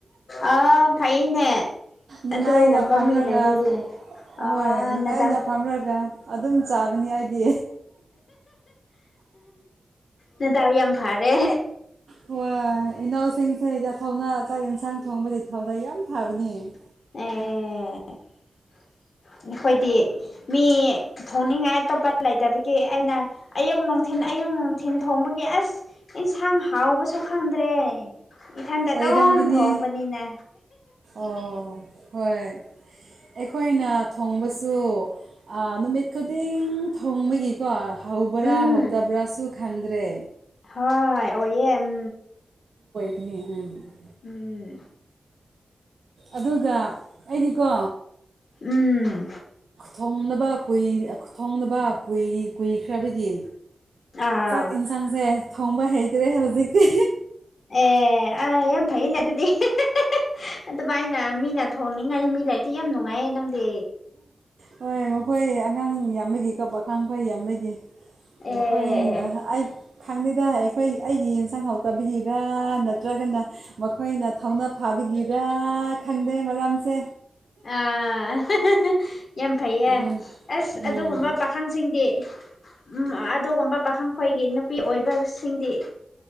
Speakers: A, on the left; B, on the right.
A: ꯑ ꯐꯩꯅꯦ
B: ꯅꯨꯡꯉꯥꯏꯅ
A: ꯑꯗꯨꯒꯨꯝꯕ
B: ꯐꯝꯔꯒ
A: ꯃꯤ ꯂꯩꯔꯗꯤ ꯑꯥ
B: ꯍꯣꯏ ꯅꯨꯡꯉꯥꯏꯅꯦ
A: ꯅꯗꯥꯎ
B: ꯐꯥꯝꯔꯒ ꯑꯗꯨꯝ ꯆꯥꯕꯅꯤ ꯑꯩꯗꯤ
A: ꯅꯗꯥꯎ ꯌꯥꯝ ꯐꯔꯦ
B: ꯍꯣꯏ ꯏꯅꯥꯎꯁꯤꯡꯁꯦ <unintelligible> ꯊꯧꯅ ꯆꯥꯛ ꯌꯦꯟꯁꯥꯡ ꯊꯣꯡꯕꯗꯤ ꯊꯧꯅ ꯌꯥꯝ ꯐꯕꯅꯦ
A: ꯑꯦꯑꯦ ꯅꯈꯣꯏꯗꯤ ꯃꯤ ꯊꯣꯡꯅꯤꯡꯉꯥꯏ ꯑꯇꯣꯞꯄ ꯂꯩꯇꯕꯒꯤ ꯑꯩꯅ ꯑꯌꯨꯛ ꯅꯨꯡꯊꯤꯟ ꯑꯌꯨꯛ ꯅꯨꯡꯊꯤꯟ ꯊꯣꯡꯕꯒꯤ ꯑꯁ ꯏꯟꯁꯥꯡ ꯍꯥꯎꯕꯁꯨ ꯈꯪꯗ꯭ꯔꯦ ꯏꯊꯟꯗ
B: ꯑꯣꯏꯔꯝꯒꯅꯤ
A: ꯑꯗꯨꯝ ꯊꯣꯡꯕꯅꯤꯅꯦ
B: ꯑꯣ ꯍꯣꯏ ꯑꯩꯈꯣꯏꯅ ꯊꯣꯡꯕꯁꯨ ꯑ ꯅꯨꯃꯤꯠ ꯈꯨꯗꯤꯡ ꯊꯣꯡꯕꯒꯤꯀꯣ ꯍꯧꯕ꯭ꯔ
A: ꯎꯝ
B: ꯍꯧꯇꯕ꯭ꯔꯁꯨ ꯈꯪꯗ꯭ꯔꯦ
A: ꯍꯣꯏ ꯑꯣꯏꯌꯦ ꯎꯝ
B: <unintelligible>
A: ꯎꯝ
B: ꯑꯗꯨꯒ ꯑꯩꯗꯤꯀꯣ
A: ꯎꯝ
B: ꯊꯣꯡꯅꯕ ꯀꯨꯏ ꯊꯣꯡꯗꯅꯕ ꯀꯨꯏ ꯀꯨꯏꯈ꯭ꯔꯕꯒꯤ
A: ꯑꯥ
B: ꯆꯥꯛ ꯏꯟꯁꯥꯡꯁꯦ ꯊꯣꯡꯕ ꯍꯩꯇꯔꯦ ꯍꯧꯖꯤꯛꯇꯤ
A: ꯑꯦ ꯑ ꯌꯥꯝ ꯐꯩꯌꯦꯅꯦ ꯑꯗꯨꯗꯤ <unintelligible> ꯑꯗꯨꯃꯥꯏꯅ ꯃꯤꯅ ꯊꯣꯡꯅꯤꯡꯉꯥꯏꯅꯤ ꯃꯤ ꯂꯩꯔꯗꯤ ꯌꯥꯝ ꯅꯨꯡꯉꯥꯏꯌꯦ ꯅꯪꯗꯤ
B: ꯍꯣꯏ ꯃꯈꯣꯏ ꯑꯉꯥꯡ ꯌꯥꯝꯕꯒꯤ ꯀꯣ ꯄꯈꯪ ꯈꯣꯏ ꯌꯥꯝꯕꯒꯤ
A: ꯑꯦ
B: ꯃꯈꯣꯏꯅ
A: ꯑꯦ ꯑꯦ
B: ꯑꯩ ꯈꯪꯅꯤꯗ ꯑꯩꯈꯣꯏ ꯑꯩꯒꯤ ꯌꯦꯟꯁꯥꯡ ꯍꯥꯎꯇꯕꯤꯒꯤꯔ ꯅꯠꯇ꯭ꯔꯒꯅ ꯃꯈꯣꯏꯅ ꯊꯧꯅꯥ ꯐꯥꯕꯤꯒꯤꯔ ꯈꯪꯗꯦ ꯃꯔꯝꯁꯦ
A: ꯑꯥ ꯍꯤꯍꯤ ꯌꯥꯝ ꯐꯩꯌꯦ
B: ꯑꯗꯨꯝ
A: ꯑꯁ ꯑꯗꯨꯒꯨꯝꯕ
B: ꯎꯝ
A: ꯄꯥꯈꯪꯁꯤꯡꯗꯤ ꯎꯝ ꯑꯗꯨꯒꯨꯝꯕ ꯄꯥꯈꯪꯈꯣꯏꯒꯤ ꯅꯨꯄꯤ ꯑꯣꯏꯕꯁꯤꯡꯗꯤ